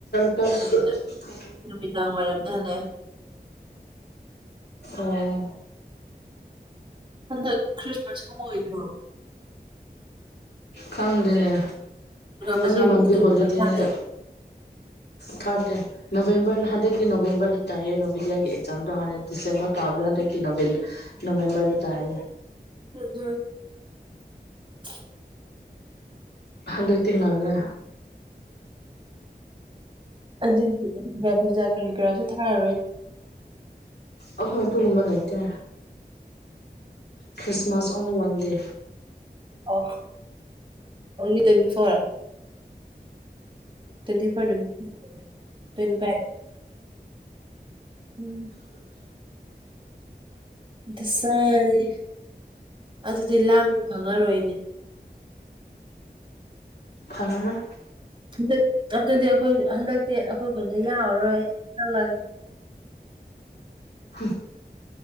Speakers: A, on the left; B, on the right.
A: <unintelligible>
B: ꯅꯨꯃꯤꯗꯥꯡ ꯅꯨꯃꯤꯗꯥꯡ ꯋꯥꯏꯔꯝꯗ ꯍꯜꯂꯛꯑꯦ
A: ꯑꯣ
B: ꯍꯟꯗꯥꯛ ꯈ꯭ꯔꯤꯁꯃꯁ ꯀꯨꯝꯃꯛꯏꯑꯣꯗ꯭ꯔꯣ
A: ꯈꯪꯗꯦꯅꯦ ꯑꯣꯟꯂꯤ
B: ꯄꯨꯖꯥ ꯍꯣꯂꯤꯗꯦꯒꯨꯝꯕ
A: ꯋꯥꯟ ꯗꯦ ꯍꯣꯂꯤꯗꯦꯅꯦ
B: ꯊꯥꯗꯦ
A: ꯊꯥꯗꯦ ꯅꯣꯕꯦꯝꯕꯔ ꯍꯟꯗꯛꯀꯤ ꯅꯣꯕꯦꯝꯕꯔ ꯗ ꯇꯥꯏꯌꯦ ꯅꯣꯕꯦꯗꯤꯌꯥꯒꯤ ꯑꯦꯛꯖꯥꯝꯗꯣ ꯍꯥꯟꯅꯗꯤ ꯗꯤꯁꯦꯝꯕꯔ ꯇꯥꯕꯗꯣ ꯍꯟꯗꯛꯇꯤ ꯍꯟꯗꯛꯀꯤ ꯅꯣꯕꯦꯝ ꯅꯣꯕꯦꯝꯕꯔꯗ ꯇꯥꯏꯌꯦ
B: <unintelligible>
A: ꯍꯟꯗꯛꯇꯤ ꯉꯜꯂꯦ
B: ꯑꯗꯨꯗꯤ ꯗꯨꯔꯒꯥ ꯄꯨꯖꯥ ꯀꯔꯤ ꯀꯔꯥꯁꯨ ꯊꯥꯔꯔꯣꯏ
A: ꯑꯩꯈꯣꯏ ꯑꯗꯨꯒꯨꯝꯕ ꯂꯩꯇ꯭ꯔꯦ Christmas only one day
B: uh only twenty four twenty four ꯅꯨꯃꯤꯠ ꯇ꯭ꯋꯦꯟꯇꯤ ꯐꯥꯏꯐ ꯎꯝ ꯗꯁꯥꯅꯤꯅꯦ ꯑꯗꯨꯗꯤ ꯂꯥꯡꯕ ꯈꯪꯉꯔꯣꯏꯅꯦ
A: ꯐꯪꯉꯔꯣꯏ
B: <unintelligible> ꯍꯟꯗꯛ ꯑꯗꯨꯗꯤ ꯑꯩꯈꯣꯏ ꯍꯟꯗꯛꯇꯤ ꯑꯩꯈꯣꯏ ꯈꯨꯣꯟꯗ ꯌꯥꯔꯔꯣꯏ ꯑꯆꯠꯂꯒꯦ
A: <inaudible>